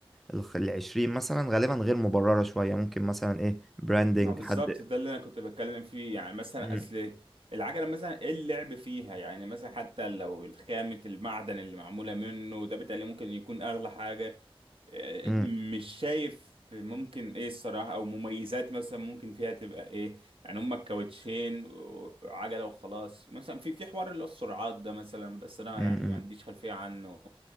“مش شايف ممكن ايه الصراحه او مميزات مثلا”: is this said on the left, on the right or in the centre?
Right